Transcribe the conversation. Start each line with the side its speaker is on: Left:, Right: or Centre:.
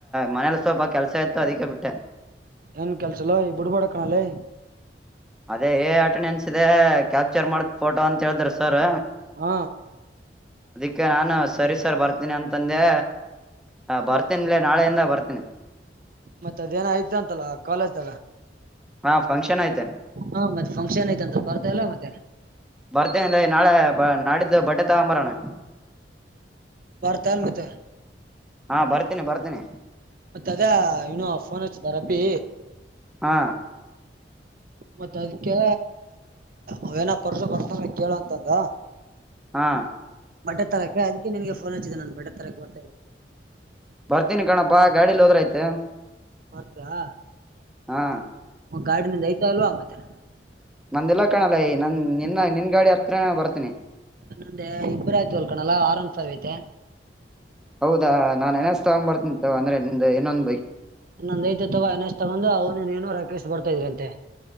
Centre: ಮನೇಲಿ ಸ್ವಲ್ಪ ಕೆಲ್ಸ ಇತ್ತು ಅದಕ್ಕೆ ಬಿಟ್ಟೆ
Right: ಏನ್ ಕೆಲ್ಸಲ್ಲ ಈ ಬುಡಬಡ ಕನಾಲಿ
Centre: ಅದೇ ಏ ಅಟೆಂಡೆನ್ಸ್ ಇದೆ ಕ್ಯಾಪ್ಚರ್ ಮಾಡತ್ ಫೋಟೋ ಅಂತ ಹೇಳಿದ್ರ ಸರ್
Right: ಹ್ಮ
Centre: ಕೆ ನಾನು ಸರಿ ಸರ್ ಬರ್ತೀನಿ ಅಂತಂದೆ ಹ ಬರ್ತೇನಿ ಇಲ್ಲ ನಾಳೆಯಿಂದ ಬರ್ತೇನಿ
Right: ಮತ್ತತ್ ಅದೇನ ಐ್ತ ಅಂತಲ್ಲ ಕಾಲೇಜ್ಗ
Centre: ಹಾ ಫಂಕ್ಷನ್ ಐತೆ
Right: ಹಾ ಮತ್ತೆ ಫಂಕ್ಷನ್ ಐ್ತಂತ ಬರ್ತ ಇಲ್ಲ ಮತ್ತೆ
Centre: ಬರ್ತೇನಲ್ಲ ನಾಳೆ ಬ ನಾಡಿದ್ದು ಬಟ್ಟೆ ತಗೊಂಬರಾನ
Right: ಬರ್ತಲ್ಲ ಮತ್ತ
Centre: ಹಾ ಬರ್ತೇನಿ ಬರ್ತೀನಿ
Right: ತದ ಇನ್ನುೂ ಫೋನ್ ಹಚ್ಚಿದಾರಪ್ಪಿ
Centre: ಹಾ
Right: ಮತ್ತತ್ ಅದಕ್ಕೆ ಅವೇನ ಪರಶು ಪರ್ಷ ಕೇಳುವಂತಂದ
Centre: ಹಾ
Right: ಬಟ್ಟೆ ತರಕ್ಕೆ ಅದಕ್ಕೆ ನನ್ಗೆ ಫೋನ್ ಹಚ್ಚಿದ್ದ ನಾನು ಬಟ್ಟೆ ತರಕ್ಕೆ ಬರ್ತಾನೆ
Centre: ಬರ್ತೀನಿ ಕಣಪ್ಪಾ ಗಾಡಿಲಿ ಹೋದ್ರ ಆಯ್ತು
Right: ಬರ್ತ್ರಾ
Centre: ಹಾ
Right: ಒ ಗಾಡಿನಿಂದ ಐತಾ ಅಲ್ವಾ ಮತ್ತೆ
Centre: ನಂದಲ್ಲ ಕಾಣಲ್ಲ ಈ ನಂದ ನಿನ್ನ ನಿನ್ ಗಾಡಿ ಹತ್ರ ಬರ್ತೀನಿ
Right: ನನ್ನೊಂದೆ ಇಬ್ಬರ ಆಯ್ತು ಹೊಲ್ಕಣಲ್ಲ ಆರಾಮ್ ಸಾವಿ ಐತೆ
Centre: ಹೌದಾ ನಾನ್ ಎೆನಸ್ ತಗೊಂಡ್ ಬರ್ತಿಂತ ಅಂದ್ರೆ ಇನ್ನೊಂದು
Right: ನಂದು ಐತೆ ತಗೋ ಅನೇಶ್ ತಗೊಂಡು ಅವನು ನು ರಾಕೇಶ್ ಬರ್ತಾ ಇದ್ರಂತೆ